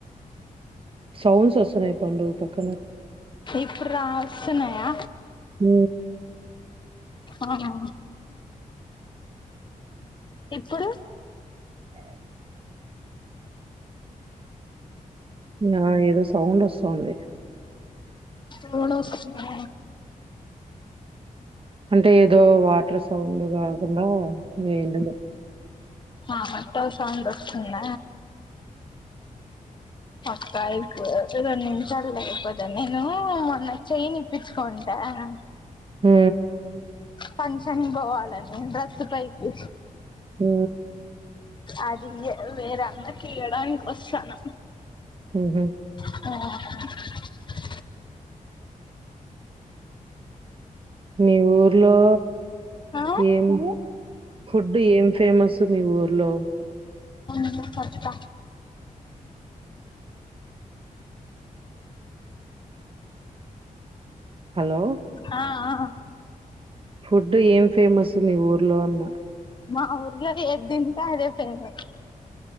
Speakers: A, on the right; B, on the left.
A: సౌండ్స్ వస్తున్నాయి పండు పక్కన
B: ఇప్పుడు రా వస్తున్నాయా
A: హ
B: ఆహా ఇప్పుడు
A: అ నా ఏదో సౌండ్ వస్తుంది
B: సౌండ్ వస్తుందా
A: అంటే ఏదో వాటర్ సౌండ్ కాకుండా ఏందుగు
B: ఆ మత్త సౌండ్ వస్తుంద అక్క అయిపో రెండు నిమిషాలు ఐపోతను నేను మొన్న చెయ్యి ఇప్పించుకోండి తయన
A: ఉ
B: ఫంక్షన్ పోవాలని డ్రెస్ పైకి
A: ఉ
B: అది ఇయ్య వేరందరికి ఇయ్యడానికి వస్తాను
A: ఉహు
B: ఆహహా
A: మీ ఊర్లో
B: ఆ
A: ఏం ఫుడ్ ఏం ఫేమస్ మీ ఊర్లో
B: ము తట్ట
A: హలో
B: ఆ ఆ
A: ఫుడ్ ఏం ఫేమస్ మీ ఊర్లో అన్న
B: మా ఊర్లో ఎద్ దికా ఇదే ఫేమస్